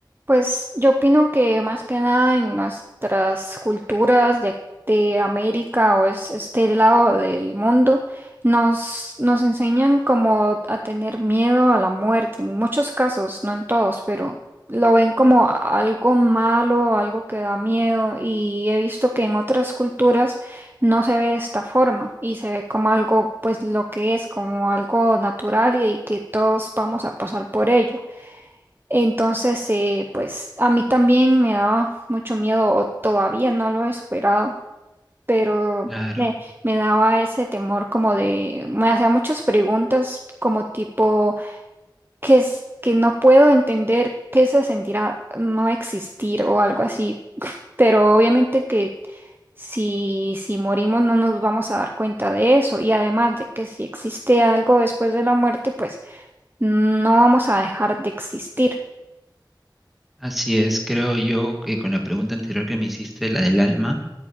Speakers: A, on the right; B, in the centre.
A: Pues yo opino que más que nada en nuestras culturas de, de América o es, este lado del mundo nos, nos enseñan como a tener miedo a la muerte, en muchos casos, no en todos, pero lo ven como a- algo malo, algo que da miedo y he visto que en otras culturas no se ve de esta forma y se ve como algo, pues lo que es, como algo natural y y que todos vamos a pasar por ello. Entonces, eh, pues a mí también me daba mucho miedo, o todavía no lo he superado, pero
B: claro
A: me, me daba ese temor como de, me hacía muchas preguntas como tipo, qué es que no puedo entender qué se sentirá no existir o algo así? Pero obviamente que si, si morimos no nos vamos a dar cuenta de eso y además de que si existe algo después de la muerte, pues no vamos a dejar de existir.
B: Así es, creo yo que con la pregunta anterior que me hiciste, la del alma,